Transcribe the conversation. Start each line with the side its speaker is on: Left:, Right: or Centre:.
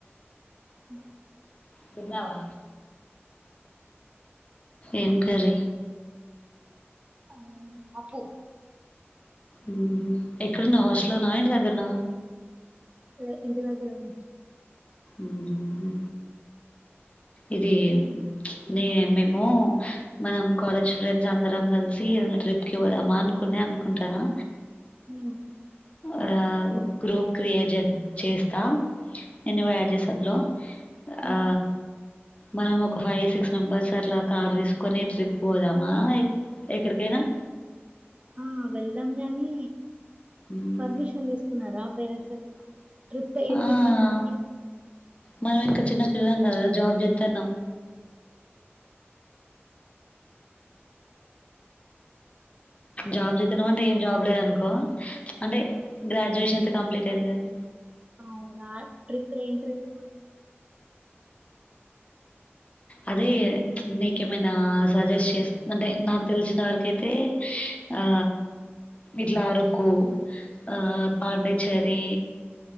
Right: అ
Left: తిన్నావా. ఏం కర్రీ.
Right: అ పప్పూ.
Left: ఊహు ఎక్కడున్నావ్ హాస్టల్లో ఉన్నావా, ఇంటి దగ్గర ఉన్నావా.
Right: లేద్ ఇంటి దగ్గరే ఉన్నా.
Left: ఊహు హు ఇదీ ప్చ్ నే మేమూ. మనం కాలేజ్ ఫ్రెండ్స్ అందరం కల్సీ ఏదన్న ట్రిప్ కి పోదామా అనుకునే అనుకుంటానం.
Right: ఉమ్
Left: ఆ గ్రూప్ క్రియేట్ చేద్ చేస్తా. నిన్ను గూడా యాడ్ చేస్తా అందులో.
Right: ఉమ్
Left: ఆ మనం ఒక ఫైవ్ సిక్స్ మెంబర్స్ అట్లా కా ర్ తీసుకొని ట్రిప్ పోదామా ఎక్ ఎక్కడికైనా.
Right: ఆ వెళ్దాం గానీ,
Left: మ్మ్.
Right: పర్మిషన్ తీసుకున్నారా పేరెంట్స్. దగ్గర ట్రిప్ ఏ
Left: ఆ,
Right: ట్రిప్ అసల్కీ.
Left: మనం ఇంక చిన్న పిల్లలం గదా జాబ్ చెత్తాన్నం. జాబ్ చేత్తానమంటే ఏం జాబ్ లేద్ అనుకో. ప్చ్ అంటే గ్రాజ్యుయేషన్ అయితే కంప్లీట్ అయ్యింది గదా.
Right: <unintelligible> ట్రిప్ ఏం ట్రిప్
Left: అదే ప్చ్ నీకేమైనా సజెస్ట్ చేస్త్, అంటే నాకు తెలిశిన వరకైతే. ఆ ఇట్లా అరకూ, ఆ పాండిచ్చేరీ.